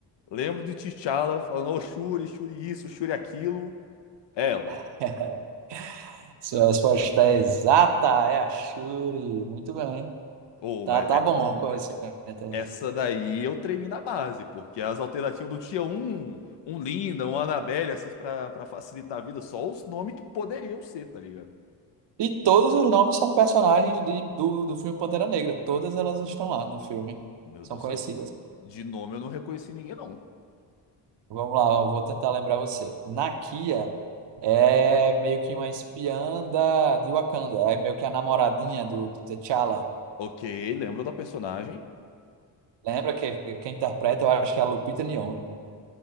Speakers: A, on the left; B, on the right.
A: Lembro de T'Challa falando, ô Shuri, Shuri isso, Shuri aquilo. Ela.
B: <laughs> Sua resposta é exata, é a Shuri. Muito bem.
A: Ou,
B: Tá,
A: mas
B: tá
A: é-
B: bom o conhecimento.
A: essa
B: né?
A: daí eu tremi na base, porque as alternativas do tinha um, um Linda, um Annabelle, assim, pra, pra facilitar a vida, só os nomes que poderiam ser, tá ligado?
B: E todos os nomes são personagens de, do, do filme Pantera Negra. Todas elas estão lá no filme.
A: Meu
B: São
A: Deus
B: conhecidas.
A: do céu. De de nome eu não reconheci ninguém, não.
B: Vamos lá, eu vou tentar lembrar você. Nakia é meio que uma espiã da, de Wakanda, é meio que a namoradinha do, do T'Challa.
A: Ok, lembro da personagem.
B: Lembra que que quem interpreta, eu acho que é a Lupita Nyong'o.